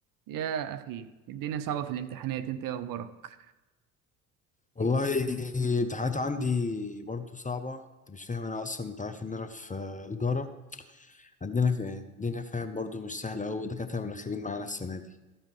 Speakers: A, on the right; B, on the left.
A: يا أخي الدنيا صعبة في الامتحانات أنت إيه أخبارك؟
B: والله الامتحانات عندي برضو صعبة انت مش فاهم انا اصلا انت عارف ان انا في آه، تجارة عندنا في الدنيا فاهم برضو مش سهلة أوي دكاترة منخبين معانا السنة دي